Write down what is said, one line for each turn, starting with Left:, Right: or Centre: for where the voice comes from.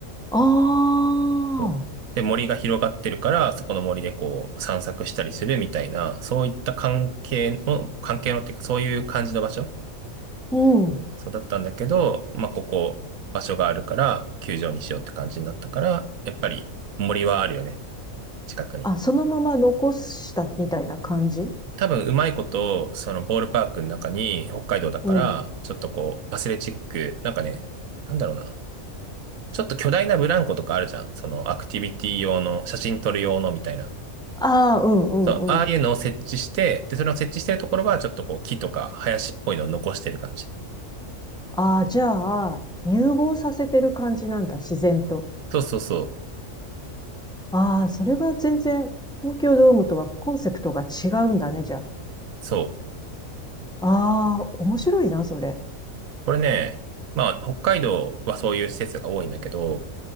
Centre: ああ、
Right: そう。で、森が広がってるから、そこの森でこう散策したりするみたいな、そういった関係の、関係のっていうか、そういう感じの場所
Centre: うん。
Right: そうだったんだけど、まあ、ここ、場所があるから、球場にしようって感じになったから、やっぱり森はあるよね。近くに。
Centre: あ、そのまま残したみたいな感じ
Right: 多分うまいこと、そのボールパークの中に北海道だから、
Centre: うん。
Right: ちょっとこう、アスレチック、なんかね、なんだろうな。ちょっと巨大なブランコとかあるじゃん。そのアクティビティ用の、写真撮る用のみたいな。
Centre: ああ、うんうんうん。
Right: そう、ああいうのを設置して、で、それを設置してるところは、ちょっとこう、木とか林っぽいのを残してる感じ。
Centre: ああ、じゃあ、融合させてる感じなんだ、自然と。
Right: そうそうそう。
Centre: ああ、それは全然、東京ドームとはコンセプトが違うんだね、じゃ
Right: そう。
Centre: あ。ああ、面白いな、それ。
Right: これね、まあ、北海道はそういう施設が多いんだけど、